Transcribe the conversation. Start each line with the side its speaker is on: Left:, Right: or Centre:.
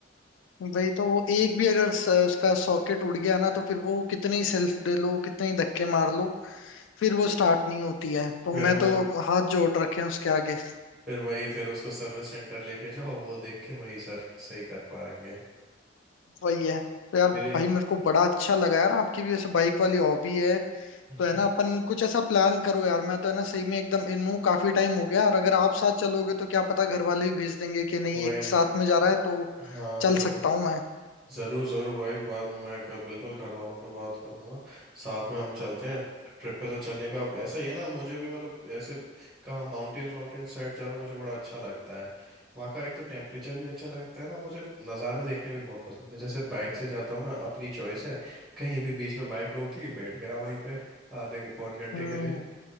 Left: वही तो वो एक भी अगर स, उसका सॉकेट उड़ गया ना तो फिर वो कितने ही सेल्फ दे लो कितने ही धक्के मार लो फिर वो स्टार्ट नहीं होती है तो
Centre: फिर
Left: मैं
Centre: वो
Left: तो हाथ जोड़ रखे हैं उसके आगे
Centre: फिर वही फिर उसको सर्विस सेंटर लेके जाओ वो देख के वही सर सही कर पाएंगे
Left: वही है तो यार
Centre: मेरी
Left: भाई मेरे को बड़ा अच्छा लगा यार आपकी भी ऐसे बाइक वाली हॉबी है
Centre: <laughs>
Left: तो है ना अपन कुछ ऐसा प्लान करो यार मैं तो है ना सही में एकदम इन हूँ काफी टाइम हो गया और अगर आप साथ चलोगे तो क्या पता घर वाले भी भेज देंगे कि नहीं
Centre: वही
Left: एक साथ में जा रहा है तो
Centre: हाँ
Left: चल
Centre: जरूर
Left: सकता हूँ मैं
Centre: ज़रूर ज़रूर भाई बात मैं कर, बिल्कुल घर वालों पे बात करूँगा साथ में हम चलते हैं ट्रिप पे तो चलने का अब ऐसा ही है ना मुझे भी मतलब ऐसे कहाँ माउंटेन्स माउंटेन साइड जाना मुझे बड़ा अच्छा लगता है वहाँ का एक तो टेम्परेचर भी अच्छा लगता है ना मुझे नज़ारे देखने भी बहुत पसंद है जैसे बाइक से जाता हूँ ना अपनी चॉइस है कहीं भी बीच में बाइक रोक ली बैठ गया वहीं पे आधे के- पौन घंटे
Left: हम्म
Centre: के लिए